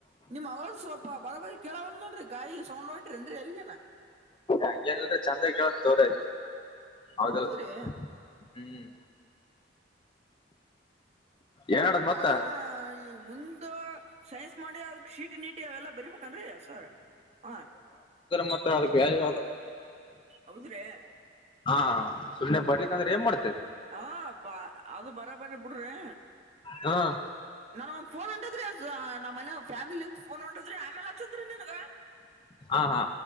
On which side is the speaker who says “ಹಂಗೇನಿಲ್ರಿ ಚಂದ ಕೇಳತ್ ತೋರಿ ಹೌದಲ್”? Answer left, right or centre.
Left